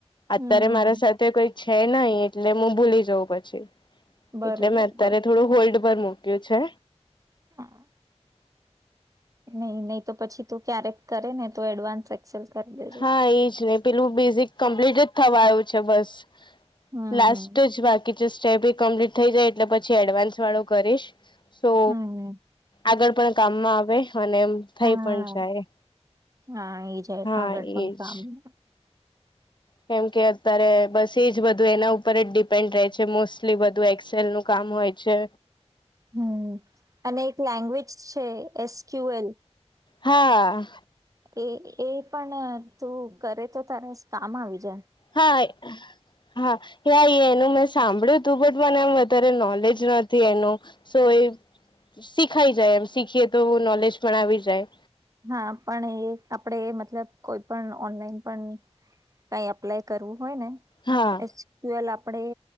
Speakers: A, on the right; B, on the left.
A: હમ
B: અત્યારે મારા સાથે કોઈ છે નહી એટલે હું ભૂલી જઉં પછી.
A: બરોબર
B: એટલે મેં અત્યારે
A: બરોબર
B: થોડું હોલ્ડ પર મૂક્યું છે.
A: હા નહી નહી તો પછી તું ક્યારેક કરે ને તો એડવાન્સ <unintelligible>
B: હા એજ ને પેલું બેઝિક કમ્પ્લીટ જ થવા આવું છે બસ.
A: હમ
B: લાસ્ટ જ બાકી સ્ટેપ એ કમ્પ્લીટ થઈ જાય એટલે પછી એડવાન્સ વાળું કરીશ. સો,
A: હમ
B: આગળ પણ કામમાં આવે અને
A: હા,
B: થઈ પણ જાય
A: હા એ જ
B: હા
A: આગળ પણ
B: એજ
A: સાભળ
B: કેમ કે અત્યારે બસ એજ બધું એના ઉપર જ ડિપેન્ડ રહે છે મોસ્ટલી બધું એક્સેલ નું કામ હોય છે.
A: હમ્મ અને એક લેંગ્વેજ છે એસ ક્યુ એલ.
B: હા.
A: એ એ પણ તું કરે તો તારે કામ આવી જ
B: હા. હા એનું મેં સાંભળ્યું તું બટ મને એમ વધારે નોલેજ નથી એનું. સો એ, શીખાઈ જાય એમ શીખીએ તો નોલેજ પણ આવી જાય.
A: હા પણ એ આપણેે મતલબ કોઈ પણ ઓનલાઈન પણ કઈ એપ્લાય કરવું હોય ને
B: હા
A: એ્યુલ આપણેે